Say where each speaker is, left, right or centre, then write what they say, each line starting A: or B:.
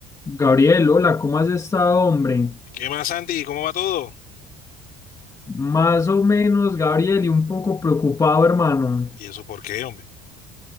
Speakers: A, on the left; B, on the left.
A: Gabriel, hola, ¿cómo has estado, hombre?
B: ¿Qué más, Santi? ¿Cómo va todo?
A: Más o menos, Gabriel, y un poco preocupado, hermano.
B: ¿Y eso por qué, hombre?